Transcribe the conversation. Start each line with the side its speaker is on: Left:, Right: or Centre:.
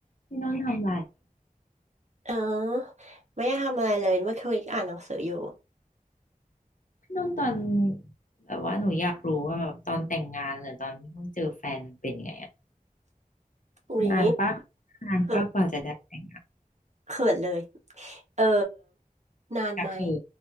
Left: พี่นนท์ทำอะไร
Right: เออไม่ได้ทำอะไรเลยเมื่อคืนอ่านหนังสืออยู่
Left: พี่นนท์ตอนแบบว่าหนูอยากรู้ว่าแบบตอนแต่งงานหรือตอนที่เพิ่งเจอแฟนเป็นไงอะ
Right: อุ้ย
Left: นานปะนานปะกว่าจะได้แต่งงาน
Right: เขินเขินเลยเออนานไหม
Left: ก็คือ